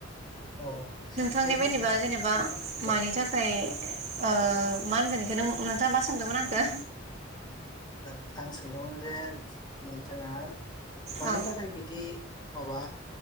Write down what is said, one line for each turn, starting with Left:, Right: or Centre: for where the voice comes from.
Left: औ
Right: नांनि
Left: ओरैनो
Right: बायदिबा जेनेबा
Left: औ
Right: मानि थाखाय ओ मा होनगोन बेखौ नोंथाङा मा सोंदोंमोन आंखौ
Left: ओ आं सोंदोंमोन जे नोंथाङा मानि
Right: औ
Left: थाखाय बिदि माबा